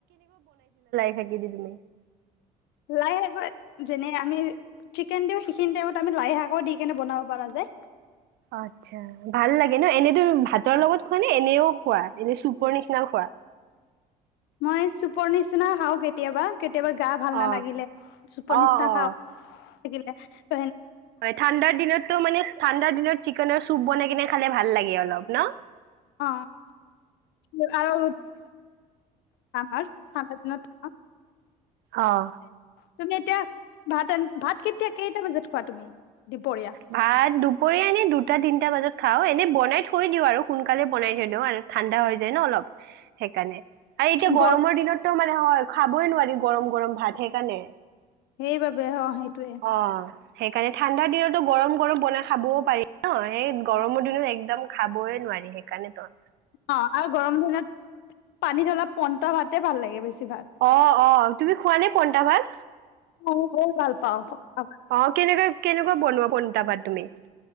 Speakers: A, on the right (about 60°); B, on the left (about 65°).
A: সেইতি কিজনি
B: লাই শাকত যেনে আমি চিকেন দিওঁ সেইখিনি টাইমত আমি লাই শাকো দি কেনে বনাব পাৰা যায়।
A: আচ্ছা ভাল লাগে ন এনেতো ভাতৰ লগত খোৱা নে এনেও খোৱা এনে চুপৰ নিচিনাও খোৱা।
B: মই চুপৰ নিচিনা খাওঁ কেতিয়াবা কেতিয়াবা গা ভাল নালাগিলে
A: অ
B: চুপৰ
A: অ
B: নিচনা
A: অ
B: খাওঁ এ
A: হয় ঠাণ্ডাৰ দিনতটো মানে ঠাণ্ডাৰ দিনত চিকেনৰ চুপ বনাই কিনে খালে ভাল লাগে অলপ ন
B: অ অ আৰু ঠাণ্ডা দিনত অঁ <unintelligible>
A: অঁ
B: তুমি এতিয়া ভাত ৰা ভাত কেতিয়া কেইটা বজাত খোৱা তুমি দুপৰীয়া
A: ভাত দুপৰীয়া এনে দুটা তিনটা বজাত খাওঁ এনেই বনাই থৈ দিওঁ আৰু সোনকালে বনাই থৈ দিওঁ আৰু ঠাণ্ডা হৈ যায় ন অলপ সেইকাৰণে আৰু এতিয়া গৰমৰ
B: গৰম
A: দিনতো মানে হয় খাবই নোৱাৰি গৰম গৰম ভাত সেইকাৰণে
B: সেইবাবে অঁ সেইটোৱে
A: অ সেইকাৰণে ঠাণ্ডা দিনতো গৰম গৰম বনাই খাবও পাৰি ন সেই গৰমৰ দিনত একদম খাবই নোৱাৰি সেইকাৰণে তো
B: অঁ আৰু গৰম দিনত পানীত অলপ পইটা ভাতে ভাল লাগে বেছি ভাগ
A: অঁ অঁ তুমি খোৱা নে পইণ্টা ভাত
B: মই বহুত ভাল পাওঁ পন্তা
A: অঁ কেনেকা কেনেকুৱা বনোৱা পইনটা ভাত তুমি